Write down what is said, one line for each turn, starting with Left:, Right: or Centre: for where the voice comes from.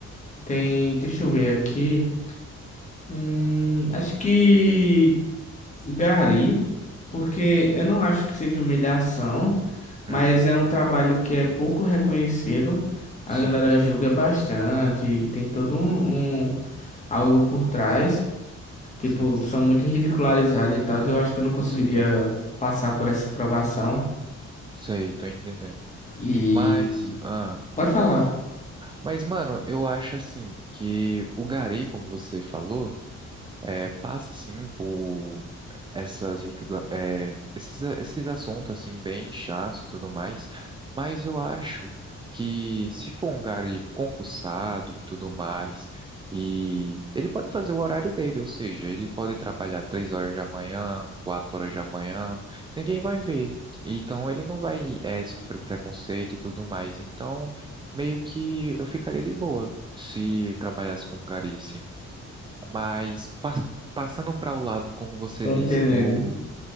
Left: tem. Deixa eu ver aqui. Hum, acho que. Gari, porque eu não acho que seja humilhação, mas
Right: Hum,
Left: é um trabalho que é pouco reconhecido. A
Right: sim,
Left: galera julga bastante, tem todo um um- algo por trás. Tipo,
Right: sim, sim.
Left: são muito ridicularizados e tal. Eu acho que eu não conseguiria
Right: Com certeza.
Left: passar por essa provação.
Right: Sei, tô entendendo.
Left: E.
Right: Mas, ah,
Left: Pode falar.
Right: mas, mano, eu acho assim que o gari, como você falou, é, passa assim por essas riquida- é, esses, a- esses assuntos assim bem chatos e tudo mais, mas eu acho que se for um gari concursado e tudo mais, e ele pode fazer o horário dele, ou seja, ele pode trabalhar três horas da manhã, quatro horas da manhã, ninguém vai ver. Então ele não vai é, sofrer preconceito e tudo mais. Então meio que eu ficaria de boa se trabalhasse como gari, sim. Mas pa- passando para o lado, como você
Left: Tô
Right: disse,
Left: entendendo.
Right: do.